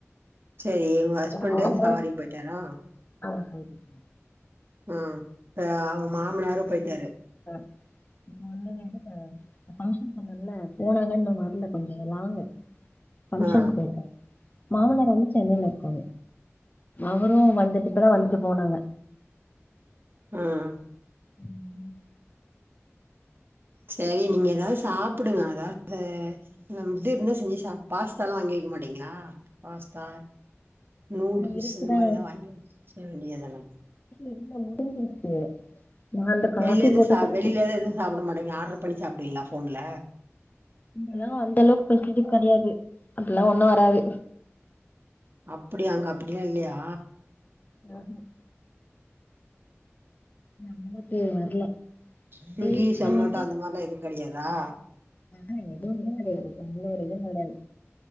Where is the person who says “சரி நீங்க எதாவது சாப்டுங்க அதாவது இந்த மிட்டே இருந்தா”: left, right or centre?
Right